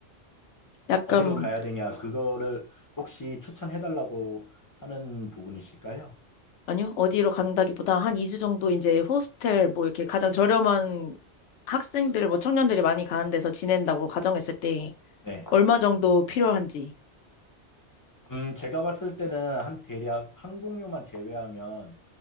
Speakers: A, on the left; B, on the left.
A: 약간,
B: 어디로 가야 되냐, 그거를 혹시 추천해달라고 하는 부분이실까요?
A: 아니요, 어디로 간다기보다 한 2주 정도 이제 호스텔 뭐 이렇게 가장 저렴한 학생들, 뭐 청년들이 많이 가는 데서 지낸다고 가정했을 때
B: 네.
A: 얼마 정도 필요한지.
B: 음, 제가 봤을 때는 한 대략 항공료만 제외하면